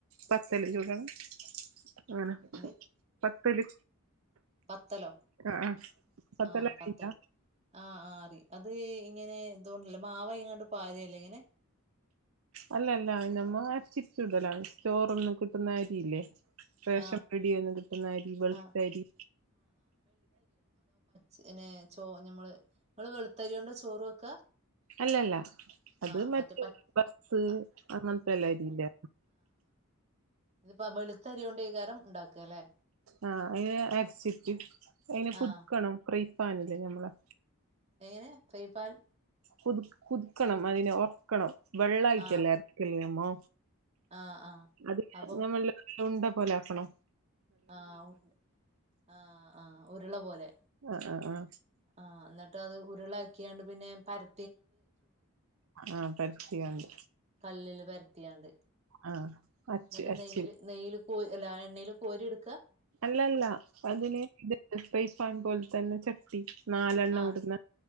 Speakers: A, on the right; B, on the right.
A: പത്തല് ചൂടണം
B: ഏഹ്
A: അങ്ങനെ
B: എന്ത്
A: പത്തല്
B: പത്തലോ
A: ആഹ പത്തല്
B: ആഹ്
A: അറിയില്ല
B: പത്തൽ ആഹ് ആഹ് അറി അത് ഇങ്ങനെ ഇതുകൊണ്ടല്ലെ മാവ അയിങ്ങാണ്ട് പാരെല്ലേ ഇങ്ങനെ?
A: അല്ലല്ല <unintelligible> സ്റ്റോറൊന്നു കിട്ടുന്ന അരിയില്ലേ റേഷൻ
B: ആഹ്
A: പീട്യേന്ന് കിട്ടുന്ന അരി വെൾത്തരി.
B: ആഹ് ചിന്നെ ചോ ഞമ്മള് ഇങ്ങള് വെൾത്തരിയോണ്ട് ചോറ് വെക്കാ?
A: അല്ലല്ല അത്
B: ആഹ്
A: മറ്റേ
B: പ
A: ബസ്
B: ആഹ്
A: അങ്ങൻത്തെ എല്ല അരില്ലെ
B: ഇതിപ്പ വെളുത്ത അരിയൊണ്ടെയ്കാരം ഇണ്ടാക്ക ല്ലെ?
A: ആഹ് അയിന് അരച്ചിട്ട് അയിന് പുത്ക്കണം
B: ആഹ്
A: പ്രൈ പാനില്ലേ ഞമ്മളെ
B: എങ്ങനെ പ്രൈപാൻൽ
A: കുത് കുതുക്കണം അയിനെ ഒർക്കണം വെള്ളായിട്ടല്ലെ
B: ആഹ്
A: അര്ക്കല് അമ്മോ
B: ആഹ് ആഹ്
A: അത്
B: അപ്പം
A: ഞമ്മല്ല ഉണ്ട പോലെ ആക്കണോ?
B: ആഹ് ഉണ്ട് ആഹ് ആഹ് ഉരുള പോലെ
A: ആഹ് ആഹ് ആഹ്
B: ആഹ് എന്നിട്ട് അത് ഉരുളാക്കിയാണ്ട് പിന്നെ പര്
A: ആഹ് പര്ത്തിയാണ്ട്
B: കല്ലില് പര്ത്തിയാണ്ട്.
A: ആഹ് അച്ച്
B: എന്നിട്ട്
A: അച്ചിൽ
B: നെയ്യ്ല് നെയ്യ്ല് കോ അല്ല എണ്ണേൽ കോരി എട്ക്ക?
A: അല്ലല്ല അതിന് തിണ്ട് സ്പൈഫാൺ പോലെ തന്നെ ചട്ടി നാലെണ്ണം
B: ആഹ്
A: ഇടുന്ന